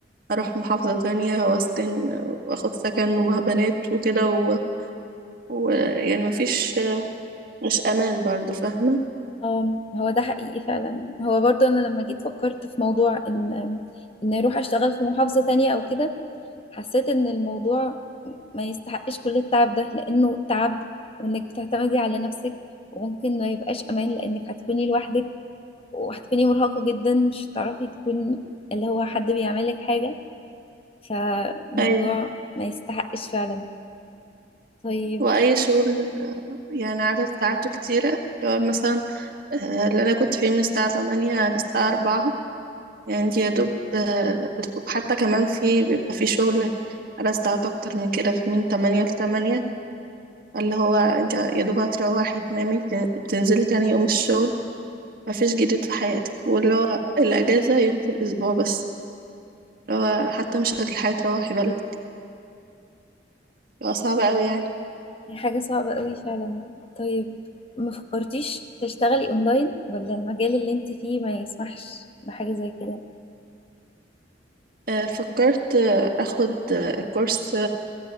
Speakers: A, on the right; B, on the left.
A: اروح محافظة تانية واسكن واخد سكن ومع بنات وكده ويعني و... ويعني مفيش مش امان برضو فاهمة
B: اه هو ده حقيقي فعلا هو برضو انا لما جيت فكرت في موضوع ان ان اروح اشتغل في محافظة تانية او كده حسيت ان الموضوع ما يستحقش كل التعب ده لانه تعب وانك بتعتمدي على نفسك وممكن ما يبقاش امان لانك هتكوني لوحدك وهتكوني مرهقة جدا مش هتعرفي تكوني اللي هو حد بيعملك حاجة فالموضوع
A: اي
B: ما يستحقش فعلا طيب
A: واي شغل يعني عدد ساعاته كتيرة اللي هو مثلا آه، اللي انا كنت فيه من الساعة 8 للساعة 4 يعني دي يا دوب آه، بتخ- حتى كمان في بيبقى في شغل على ساعات اكتر من كده في من 8 ل 8 اللي هو انت يا دوب هتروحي تنامي تن- تنزلي تاني يوم الشغل مفيش جديد في حياتك واللي هو الأجازة يوم في الأسبوع بس اللي هو حتى مش الحياة تروحي بلدك اللي هو صعب أوي يعني
B: هي حاجة صعبة قوي فعلا طيب ما فكرتيش تشتغلي اونلاين ولا المجال اللي انت فيه ما يسمحش بحاجة زي كده
A: آه، فكرت آه، أخد آه، كورس